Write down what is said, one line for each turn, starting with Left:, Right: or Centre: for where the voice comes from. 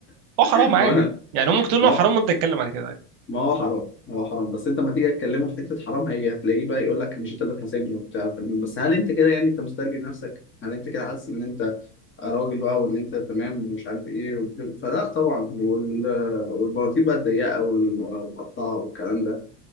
Right: هو حرام
Left: <laughs>
Right: عادي
Left: ما انا
Right: يعني ممكن تقول
Left: ما
Right: له حرام
Left: هو
Right: وانت تتكلم بعد كده عادي
Left: ما هو حرام ما هو حرام بس انت ما تيجي تكلمه في حته حرام هي هتلاقيه بقى يقول لك مش انت اللي هتحاسبني وبتاع بس هل انت كده يعني انت مسترجل نفسك هل انت كده حاسس ان انت راجل بقى وان انت تمام ومش عارف ايه وبتاع. فلا طبعا وال... والبناطيل بقى الضيقه وال- والمقطعه والكلام ده